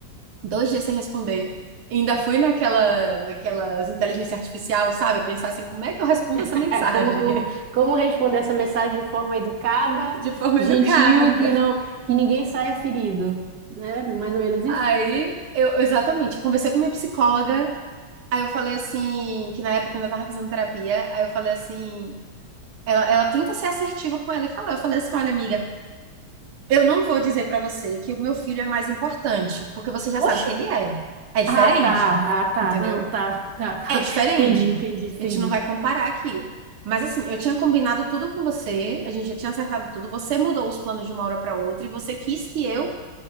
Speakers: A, on the right; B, on the right.
A: Dois dias sem responder. Ainda fui naquela, naquelas inteligência artificial, sabe? Pensar assim, como é que eu respondo
B: <laughs>
A: essa mensagem?
B: Como, como, como responder essa mensagem de forma educada,
A: <laughs> De forma
B: gentil
A: educada.
B: e que não, que ninguém saia ferido, né? Mais ou menos isso.
A: Aí, eu, exatamente, conversei com minha psicóloga. Aí eu falei assim, que na época eu ainda tava fazendo terapia. Aí eu falei assim, ela, ela tenta ser assertiva com ela e falar. Eu falei assim, olha, amiga, eu não vou dizer pra você que o meu filho é mais importante, porque você já
B: Oxi!
A: sabe que ele é. É diferente,
B: Ah, tá, ah, tá,
A: entendeu?
B: não, tá, tá, tá.
A: É diferente.
B: Entendi, entendi, entendi.
A: A gente não vai comparar aqui. Mas assim, eu tinha combinado tudo com você, a gente já tinha acertado tudo, você mudou os planos de uma hora para outra e você quis que eu,